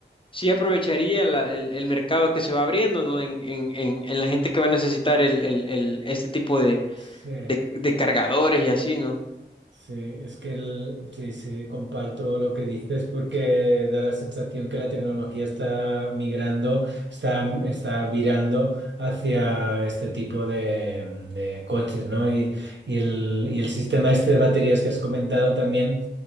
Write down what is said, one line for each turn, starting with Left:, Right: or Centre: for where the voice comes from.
Left: sí aprovecharía la- el, el mercado que se va abriendo, ¿no? En, en- en- en la gente que va a necesitar el, el- el- este tipo de,
Right: Sí.
Left: de- de cargadores y así, ¿no?
Right: Sí, es que el- sí, sí, comparto lo que dices porque da la sensación que la tecnología está migrando, está, está virando hacia este tipo de, de coches, ¿no? Y, y el, y el sistema este de baterías que has comentado también.